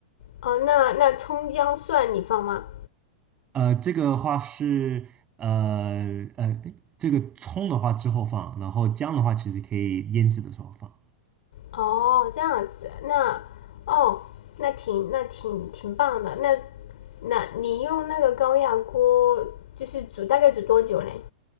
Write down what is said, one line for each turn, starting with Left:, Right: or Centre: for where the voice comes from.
Left: 哦，那那葱姜蒜你放吗？
Right: 呃，这个的话是呃呃，这个葱的话之后放，然后姜的话其实可以腌制的时候放。
Left: 哦，这样子，那哦，那挺那挺挺棒的。那那你用那个高压锅就是煮大概煮多久嘞？